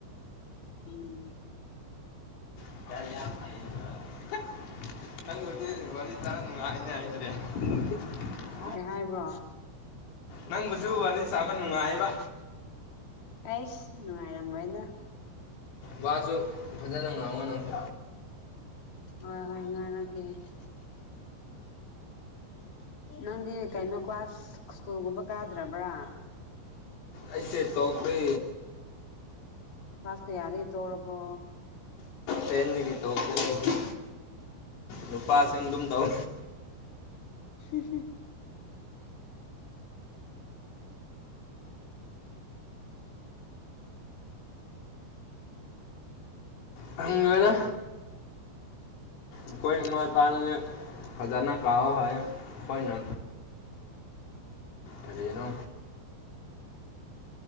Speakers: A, on the left; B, on the left.
A: ꯎꯝ
B: <unintelligible> ꯅꯪꯅꯗꯤ ꯋꯥꯔꯤ ꯇꯥꯔ ꯅꯨꯡꯉꯥꯏꯅꯦ <unintelligible>
A: ꯀꯩ ꯍꯥꯏꯕꯥ
B: ꯅꯪꯕꯨꯁꯨ ꯋꯥꯔꯤ ꯁꯥꯕ ꯅꯨꯡꯉꯥꯏꯌꯦꯕ
A: ꯑꯦꯁ ꯅꯨꯡꯉꯥꯏꯔꯝꯃꯣꯏꯅ
B: ꯋꯥꯖꯨ ꯐꯖꯟꯅ ꯉꯥꯡꯉꯣ ꯅꯪꯁꯨ
A: ꯍꯣꯏ ꯍꯣꯏ ꯉꯥꯡꯔꯛꯀꯦ ꯅꯪꯗꯤ ꯀꯩꯅꯣ ꯀ꯭ꯂꯥꯁ ꯁ꯭ꯀꯨꯜꯒꯨꯝꯕ ꯀꯥꯗ꯭ꯔꯕ꯭ꯔꯥ
B: ꯑꯩꯁꯦ ꯇꯣꯛꯂꯦ
A: ꯀ꯭ꯂꯥꯁ ꯀꯌꯥꯗꯩ ꯇꯣꯛꯔꯕ꯭ꯔꯣ
B: ꯇꯦꯟꯗꯒꯤ ꯇꯣꯛꯂꯦ ꯑꯩꯗꯤ ꯅꯨꯄꯥꯁꯤꯡ
A: ꯎꯝ
B: ꯑꯗꯨꯝ ꯇꯧ
A: <unintelligible>
B: ꯈꯪꯗ꯭ꯔꯦꯗ ꯑꯈꯣꯏ ꯏꯃꯥ ꯏꯄꯥꯅꯅꯦ ꯐꯖꯟꯅ ꯀꯥꯥꯎꯋꯣ ꯍꯥꯏꯌꯦ ꯈꯣꯏꯅ ꯀꯔꯤꯅꯣ